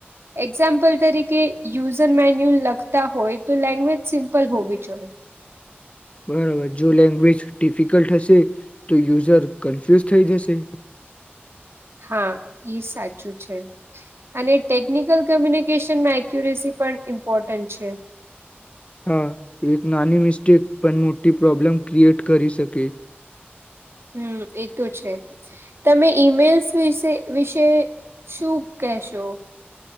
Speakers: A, on the right (about 75°); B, on the left (about 30°).
A: એક્ઝામ્પલ તરીકે યુઝર મેન્યુલ લખતા હોય, તો લેંગ્વેજ સિમ્પલ હોવી જોઈ.
B: બરાબર, જો લેંગ્વેજ ડિફિકલ્ટ હશે, તો યુઝર કન્ફ્યુઝ થઈ જશે.
A: હા, ઈ સાચું છે અને ટેકનિકલ કમ્યુનિકેશનમાં એક્યુરેસી પણ ઇમ્પોર્ટન્ટ છે.
B: હા, એક નાની મિસ્ટેક પણ મોટી પ્રોબ્લેમ ક્રિએટ કરી શકે.
A: હમ્મ, એતો છે તમે ઈમેલ્સ વિશે વિશે શું કહેશો.